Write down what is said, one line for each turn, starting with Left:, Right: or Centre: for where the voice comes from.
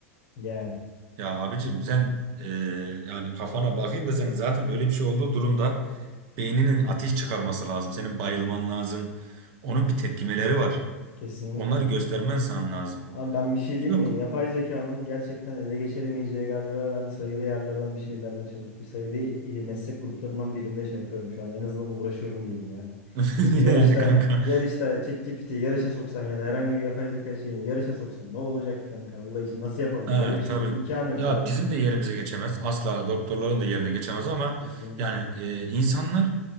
Left: Yani
Right: Ya abicim sen e, yani kafana bakayım da senin zaten öyle bir şey olduğu durumda beyninin ateş çıkarması lazım. Senin bayılman lazım. Onun bir tepkimeleri var.
Left: kesinlikle.
Right: Onları göstermen sana lazım.
Left: Abi ben bir şey diyeyim
Right: Yok
Left: mi? Yapay zekanın gerçekten ele geçiremeyeceği galiba ben sayılı yerlerden bir şeylerden çalış sayılı e, meslek gruplarından birinde şey yapıyorum şu anda. En azından uğraşıyorum diyelim ya.
Right: <laughs>
Left: Çünkü yarışta
Right: yani kanka.
Left: yarışta ChatGPT'yi yi yarışa soksan ya da herhangi bir yapay zeka şeyini yarışa soksan ne olacak ki kanka Allah için nasıl yapabilecek?
Right: Ha,
Left: Öyle bir şey
Right: tabii.
Left: imkanı yok
Right: Ya
Left: abi.
Right: bizim de yerimize geçemez. Asla doktorların da yerine geçemez ama
Left: Kesinlikle.
Right: yani e, insanlar